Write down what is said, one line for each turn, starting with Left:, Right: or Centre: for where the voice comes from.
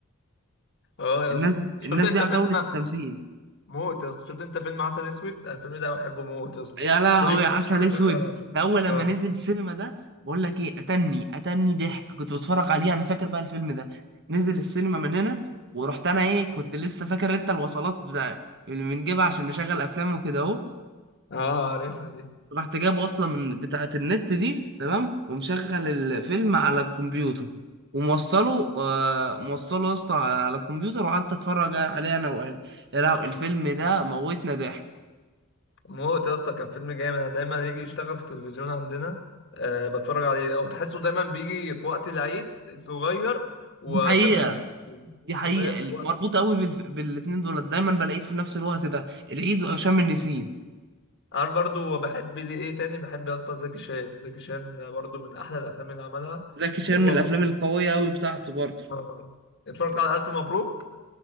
Left: اه يا
Right: الناس
Left: اسطى
Right: دي الناس
Left: شفت انت
Right: دي عتاولة
Left: فيلم
Right: التمثيل
Left: موت يا اسطى شفت انت فيلم عسل اسود الفيلم ده بحبه موت يا اسطى
Right: يا لهوي
Left: كل
Right: يا عسل
Left: ما لازم
Right: اسود
Left: اتفرج عليه
Right: ده اول لما
Left: اه
Right: نزل السينما ده بقول لك ايه اتني اتني ضحك كنت بتفرج عليه انا فاكر بقى الفيلم ده نزل السينما من هنا ورحت انا ايه كنت لسه فاكر انت الوصلات بتاع اللي بنجيبها عشان نشغل افلام وكده
Left: اه عارفها دي
Right: رحت جابه اصلا من بتاعه النت دي تمام ومشغل الفيلم على الكمبيوتر وموصله آه موصله يا اسطى على الكمبيوتر وقعدت اتفرج عليه انا واهلي يا لهوي الفيلم ده موتنا ضحك
Left: موت يا اسطى كان فيلم جامد انا دايما يجي يشتغل في التلفزيون عندنا أه بتفرج عليه او تحسه دايما بيجي في وقت العيد صغير وشم
Right: دي حقيقة
Left: النسيم
Right: دي حقيقة
Left: انت فاهم
Right: ال-
Left: الوقت
Right: مربوط قوي بالف... بالاتنين دول دايما بلاقيه في نفس الوقت ده العيد وهشام النسيم
Left: عارف برضو بحب ليه ايه تاني بحب يا اسطى زكي شان زكي شان برضو من احلى الافلام اللي عملها
Right: زكي شان
Left: هو
Right: من الافلام
Left: و-
Right: القوية قوي بتاعته برضه
Left: آه. اتفرجت على الف مبروك